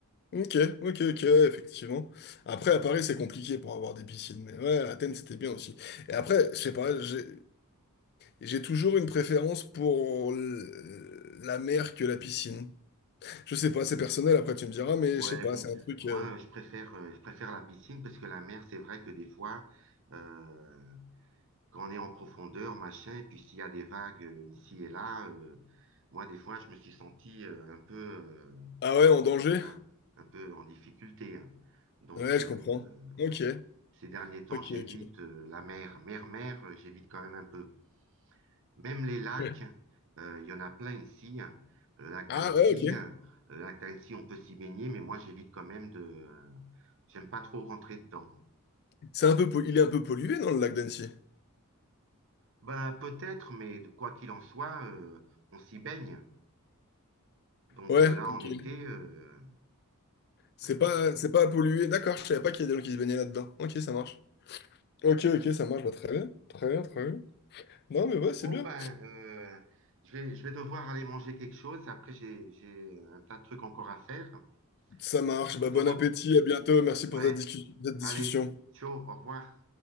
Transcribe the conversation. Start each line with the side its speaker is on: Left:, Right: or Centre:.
Left: ok, ok, ok, ouais, effectivement. Après, à Paris, c'est compliqué pour avoir des piscines. Mais ouais, à Athènes, c'était bien aussi. Et après, je sais pas, j'ai j'ai toujours une préférence pour l- la mer que la piscine. Je sais pas, c'est personnel, après tu me diras, mais
Right: Ouais,
Left: je sais pas,
Right: bon,
Left: c'est un truc...
Right: moi,
Left: euh,
Right: euh, je préfère, euh, je préfère la piscine parce que la mer, c'est vrai que des fois, euh, quand on est en profondeur, machin, et puis s'il y a des vagues euh, ici et là, euh, moi, des fois, je me suis senti euh, un peu, euh,
Left: Ah ouais, en danger?
Right: voilà, un peu en difficulté. hein. Donc,
Left: Ouais,
Right: euh,
Left: je comprends. Ok,
Right: Ces derniers temps,
Left: ok,
Right: j'évite
Left: ok.
Right: euh, la mer. Mer, mer, euh, j'évite quand même un peu. Même les lacs,
Left: Ouais.
Right: euh, il y en a plein ici. hein. Le lac
Left: Ah
Right: d'Annecy,
Left: ouais, ok.
Right: hein. le lac d'Annecy, on peut s'y baigner, mais moi, j'évite quand même de. euh, J'aime pas trop rentrer dedans.
Left: C'est un peu, pol- il est un peu pollué dans le lac d'Annecy.
Right: Ben, peut-être, mais de- quoi qu'il en soit, euh, on s'y baigne. Donc
Left: Ouais,
Right: euh, là,
Left: ok.
Right: en été, euh,
Left: C'est
Right: euh,
Left: pas, c'est pas pollué. D'accord, je savais pas qu'il y a des gens qui se baignaient là-dedans. Ok, ça marche. Ok, ok, ça marche. Bah, très bien, très bien, très bien. Non, mais ouais, c'est
Right: bon,
Left: bien.
Right: ben, euh, je vais, je vais devoir aller manger quelque chose. Après, j'ai, j'ai un tas de trucs encore à faire.
Left: Ça marche.
Right: Donc,
Left: Bah,
Right: je te
Left: bon
Right: re...
Left: appétit, à bientôt. Merci pour
Right: Ouais,
Left: cette discu- cette discussion.
Right: allez, ciao, au revoir.